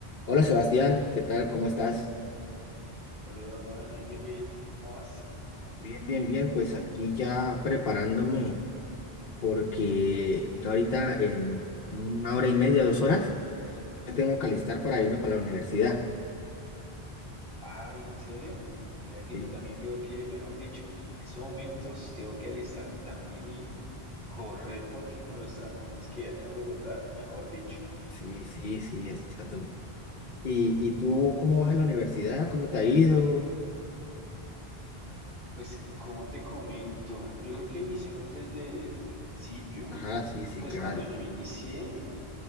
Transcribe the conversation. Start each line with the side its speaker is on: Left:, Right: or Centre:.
Left: Hola Sebastián, ¿qué tal? ¿Cómo estás?
Right: Hola, Juan, ahí bien, bien. ¿Cómo vas?
Left: Bien, bien, bien. Pues aquí ya preparándome porque yo ahorita en una hora y media, dos horas, me tengo que alistar para irme para la universidad.
Right: Ay, ¿en serio? Mira que
Left: Sí,
Right: yo también tengo que, mejor dicho, en estos momentos tengo que alistarme también y correr porque con los trancones que hay acá en Bogotá, mejor dicho.
Left: sí, sí, sí, exacto. ¿Y, y tú cómo vas a la universidad? ¿Cómo te ha ido?
Right: Pues, cómo te comento? Yo creo que iniciemos desde, desde el principio.
Left: Ajá, sí, sí,
Right: Pues
Left: claro.
Right: cuando yo inicié